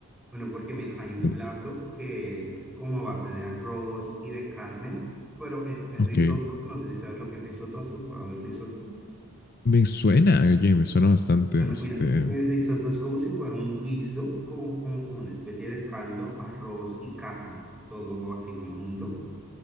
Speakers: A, in the centre; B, on the left (about 45°).
A: Bueno, porque mira, hay un
B: Bueno,
A: plato que es como a base de arroz y de carnes, pero es, es
B: ok,
A: risotto. No sé si sabes lo que es risotto, ¿has probado el risotto?
B: me suena, oye, me suena bastante,
A: Bueno,
B: este,
A: mira, e- el risotto es como si fuera un guiso, como, como, como una especie de caldo, arroz y carnes, todo así como junto.